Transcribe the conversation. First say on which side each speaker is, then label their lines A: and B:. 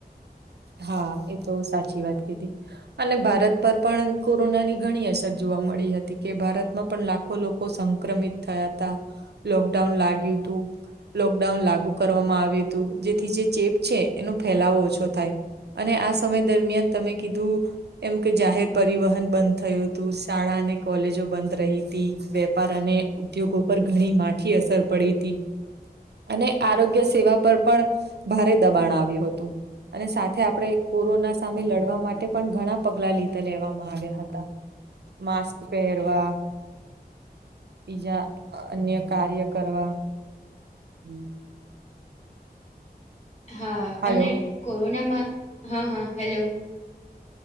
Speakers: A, on the right; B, on the left.
A: હા એ તો સાચી વાત કીધી. અને ભારત પર પણ કોરોના ની ઘણી અસર જોવા મળી હતી કે ભારતમાં પણ લાખ લાખો લોકો સંક્રમિત થયા હતા, લોકડાઉન લાગ્યું તું. લોકડાઉન લાગુ કરવામાં આવ્યું તું જેથી જે ચેપ છે એનો ફેલાવો ઓછો થાય. અને આ સમય દરમિયાન તમે કીધું એમ કે જાહેર પરિવહન બંધ થયું તું શાળા અને કોલેજો બંધ રહી હતી વેપાર અને ઉદ્યોગો પર ઘણી માઠી અસર પડી હતી. અને આરોગ્ય સેવા પર પણ ભારે દબાણ આવ્યું હતું અને સાથે સાથે આપણે કોરોના સામે લડવા માટે પણ ઘણા પગલા લીધા લેવામાં આવ્યા હતા. માસ્ક પહેરવા બીજા અન્ય કાર્ય કરવા હમમ.
B: હા
A: હાલો.
B: અને કોરોનામાં હા હા હલો.